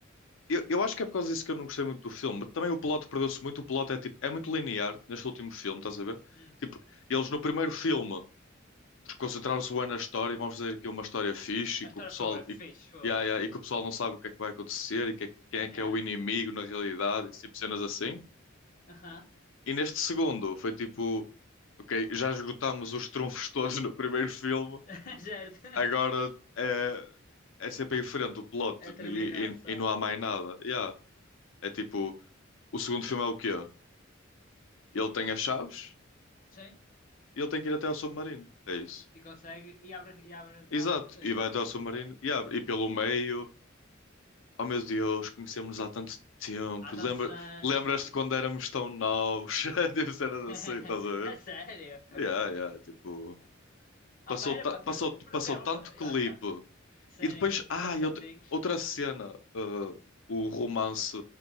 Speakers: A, on the left; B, on the left.
A: Eu, eu acho que é por causa disso que eu não gostei muito do filme. Também o plot perdeu-se muito. O plot é tipo, é muito linear neste último filme, estás a ver?
B: Hum.
A: Tipo, eles no primeiro filme concentraram-se bem na história e vamos fazer aqui uma história fixe
B: A
A: e
B: história
A: que o pessoal
B: foi bem fixe.
A: e,
B: Foi.
A: e, ah, e, ah, e
B: Hum.
A: que o pessoal não sabe o que é que vai acontecer e que é- quem é
B: É.
A: que é o inimigo na realidade, esse tipo de cenas assim.
B: Aham.
A: E neste segundo foi tipo, ok, já esgotámos os trunfos <laughs> todos no primeiro filme,
B: <laughs> Certo.
A: agora é, é sempre em frente o plot
B: É terminar
A: e, e,
B: só.
A: e não há mais
B: É.
A: nada. Yeah. É tipo. O segundo filme é o quê? Ele tem as chaves
B: Sim.
A: e ele tem que ir até ao submarino. É isso.
B: E consegue. E abre, e abre lá
A: Exato.
B: o coisa.
A: E vai até ao submarino
B: Ok.
A: e abre. E pelo meio, oh meu Deus, conhecemos-nos há tanto tempo.
B: Há tantos
A: Lembra,
B: anos,
A: lembras-te
B: sim.
A: quando éramos tão novos? <laughs> Deve ser
B: <laughs>
A: assim, estás a ver?
B: É sério?
A: Yeah, yeah, tipo,
B: É. Ah,
A: passou,
B: pá, era
A: ta-
B: para trem-
A: passou, passou
B: Não quero.
A: tanto clipe.
B: E lá está. Sim,
A: E depois,
B: de
A: ah,
B: filmes
A: e
B: antigos.
A: outra, outra cena, eh, o romance